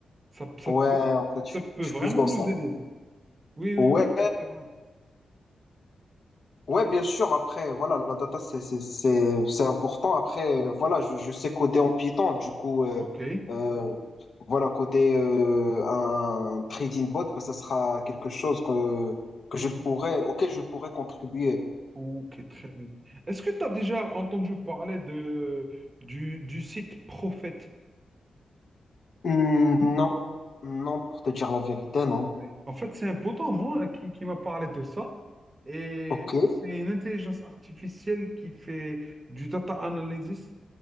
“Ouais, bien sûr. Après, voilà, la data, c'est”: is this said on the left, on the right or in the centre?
Left